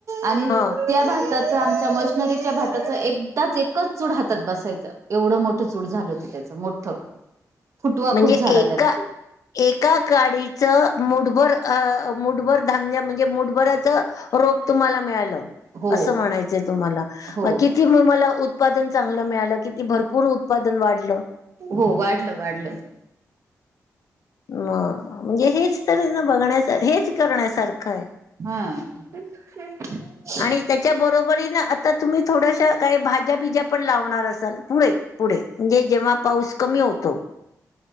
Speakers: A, on the right (about 55°); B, on the left (about 75°).
A: आणि
B: ह
A: त्या भा चा आमच्या मशनरीच्या भाताच एकदाच एकच चूड हातात बसायचं एवढं मोठ मोठं चूड झालं होतं त्यांच मोठं.
B: <inaudible>
A: फुटवा
B: म्हणजे
A: खूप झाला
B: एका
A: त्यात.
B: एका काडीच मुठभर अ मुठभर धान्य म्हणजे मुठभऱच रोप तुम्हाला मिळालं.
A: हो
B: असं म्हणायचंय तुम्हाला.
A: हो.
B: मग कि किती म मला उत्पादन चांगलं मिळालं किती भरपूर उत्पादन वाढलं.
A: हो. वाढलं वाढलं.
B: म म्हणजे हेच तरी ना बघण्या हेच करण्यासारखं आहे.
A: हा. ह्‌.
B: आणि त्याच्या बरोबरीन आता तुम्ही थोडश्या काही भाज्या बीज्या पण लावणार असाल. पुढे पुढे म्हणजे जेव्हा पाऊस कमी होतो.